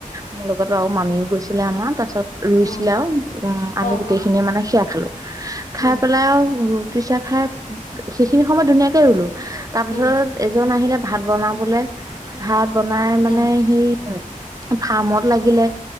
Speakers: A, on the right; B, on the left.
A: মোৰ লগতো আৰু মামীও গৈছিলে আমাৰ। তাৰ পিছত ৰুইছিলে
B: অ
A: আও উম আমি
B: অ
A: গোটেই
B: অ
A: খিনিয়ে মানে সেয়া খালো। খাই
B: উম
A: পেলাই আৰু ৰুটি, চাহ খাই, সেইখিনি সময়ত ধুনীয়াকে ৰুলো। তাৰ পিছত
B: উম
A: এজন আহিলে ভাত বনাবলে। ভাত বনাই মানে
B: উম
A: সি ফাৰ্মত লাগিলে,